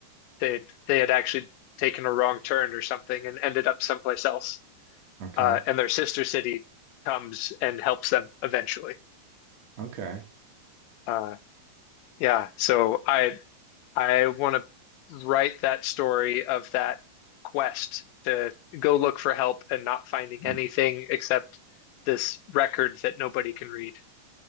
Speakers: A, on the left; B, on the right.
A: they they had actually taken a wrong turn or something and ended up someplace else.
B: Okay.
A: uh, and their sister city comes and helps them eventually.
B: Okay.
A: Uh, yeah, so I I want to write that story of that quest to go look for help and not finding
B: Mm.
A: anything except this record that nobody can read.